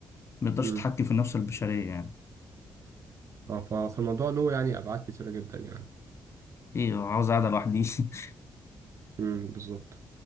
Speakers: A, on the left (about 40°); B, on the right (about 45°).
A: ما يقدرش
B: امم
A: يتحكم في النفس البشريه يعني
B: اه ف- فالموضوع له يعني أبعاد كتيرة جدا يعني
A: ايه هو عاوز قاعده لوحدي <laughs>
B: امم بالظبط